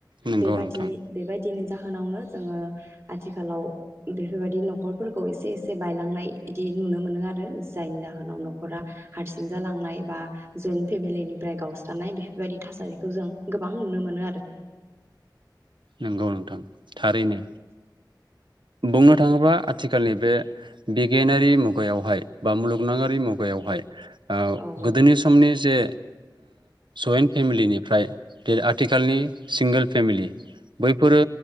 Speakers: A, on the right; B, on the right.
A: नंगौ
B: बेबायाददि
A: नोंथां
B: बेबायदिनो नि जाहोनावनो जोङो आथिखालाव बेफोरबायदि न'खरफोरखौ एसे एसे बायलांनाय इदि नुनो मोनो आरो जायनि जाहोनाव न'खरा हारसिं जालांनाय बा जयेन फेमिलिनिफ्राय गावस्रानाय बेफोरबायदि थासारिखौ जों गोबां नुनो मोनो ‌। आरो
A: नोंगौ नोंथां थारैनो बिथाङोबा आथिखालनि बे बिगियानारि मुगायावहाय बा मुलुगनङारि मुगायावहाय ओ
B: औ
A: गोदोनि समनि जे ओ फेमिलिनिफ्राय आथिखालनि सिंगोल फेमिलि बैफोरो